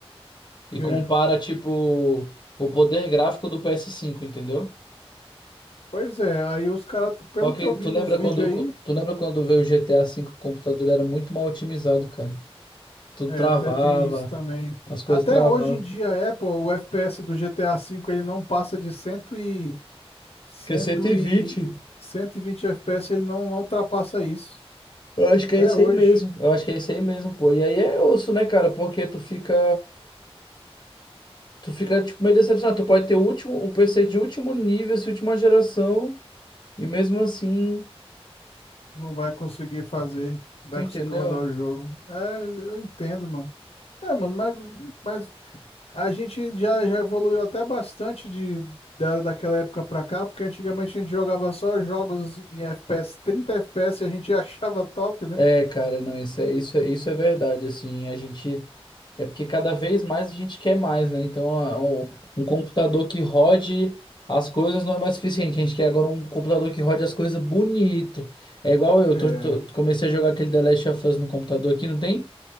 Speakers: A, on the left; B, on the left.
A: Que...
B: e compara, tipo, o poder gráfico do PS5, entendeu?
A: Pois é, aí os caras, pelo
B: Só que
A: que eu vi
B: tu
A: nos
B: lembra
A: vídeos
B: quando,
A: aí,
B: tu lembra quando veio o GTA 5, o computador era muito mal otimizado, cara. Tudo
A: é,
B: travava,
A: te- tem, isso também.
B: as coisas
A: Até
B: travavam.
A: hoje em dia, a Apple, o FPS do GTA V, ele não passa de 100 e, 100
B: Acho que é 120.
A: e, 120 FPS, ele não, não ultrapassa isso.
B: Eu acho que
A: Até
B: é isso
A: hoje.
B: aí mesmo. Eu acho que é isso aí mesmo, pô. E aí é osso, né, cara? Porque tu fica. Tu fica, tipo, meio decepcionado. Tu pode ter o último, um PC de último nível, assim, última geração, e mesmo assim,
A: Não vai conseguir fazer, não
B: tu
A: vai
B: entendeu?
A: conseguir rodar o jogo. É, eu entendo, mano. É, mano, mas, mas a gente já, já evoluiu até bastante de, da, daquela época pra cá, porque antigamente a gente jogava só jogos em FPS, 30 FPS e a gente <laughs> achava top, né?
B: É, cara, não, isso é, isso é, isso é verdade, assim, a gente... É porque cada vez mais a gente quer mais, né? Então, a- o- um computador que rode as coisas não é mais suficiente. A gente quer agora um computador que rode as coisas bonito. É igual eu,
A: É,
B: tô, tô- comecei a jogar aquele The Last of Us no computador aqui, não tem?